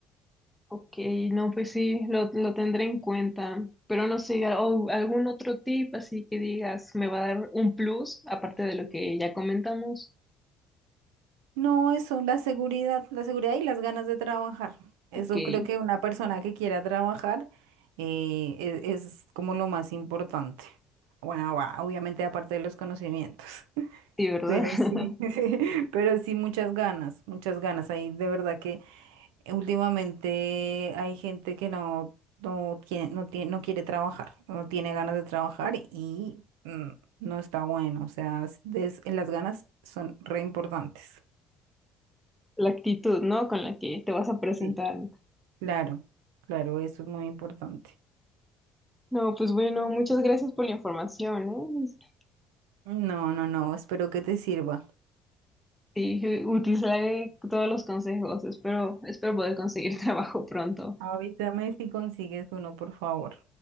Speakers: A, in the centre; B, on the right.
A: Ok, no, pues sí, lo, lo tendré en cuenta, pero no sé, o algún otro tip así que digas, me va a dar un plus, aparte de lo que ya comentamos.
B: No, eso, la seguridad, la seguridad y las ganas de trabajar.
A: Ok,
B: Eso
A: sí,
B: creo que una persona que quiera trabajar eh, e- es, como lo más importante. Bueno, va, obviamente aparte de los conocimientos, <laughs>
A: ¿verdad?
B: pero
A: <laughs>
B: sí, <laughs> pero sí muchas ganas, muchas ganas. Ahí de verdad que últimamente hay gente que no, no tiene, no tiene, no quiere trabajar, no tiene ganas de trabajar y mm, no está bueno. O sea, es- des- las ganas son re importantes.
A: La actitud, ¿no? Con la que te vas a presentar.
B: Sí. Claro, claro, eso es muy importante.
A: No, pues bueno, muchas gracias por la información, ¿eh?
B: No, no, no, espero que te sirva.
A: Sí, eh, utilizaré todos los consejos, espero, espero poder conseguir <laughs> trabajo pronto.
B: Avísame si consigues uno, por favor.